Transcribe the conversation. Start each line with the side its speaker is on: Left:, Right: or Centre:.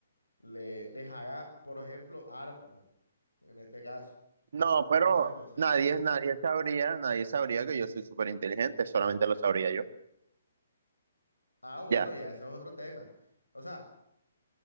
Left: le, les hagas, por ejemplo, armas, en este caso.
Right: No, pero
Left: Entonces, no sé.
Right: nadie, nadie sabría, nadie sabría que yo soy súper inteligente, solamente lo sabría yo.
Left: Ah, bueno,
Right: Ya.
Left: ya eso es otro tema. O sea.